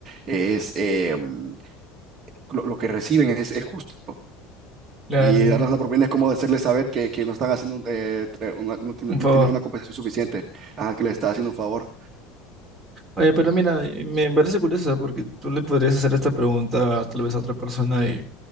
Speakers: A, on the right; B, in the centre.
A: es eh, mm, lo, lo que reciben es, es justo.
B: claro.
A: Y
B: ahí.
A: darles una propina es como hacerles saber que, que no están haciendo, eh, tra- una- no, tiene-
B: Un
A: no
B: favor.
A: tienen una compensación suficiente, ah, que les está haciendo un favor.
B: Oye, pero mira, eh, me parece curioso porque tú le podrías hacer esta pregunta tal vez a otra persona y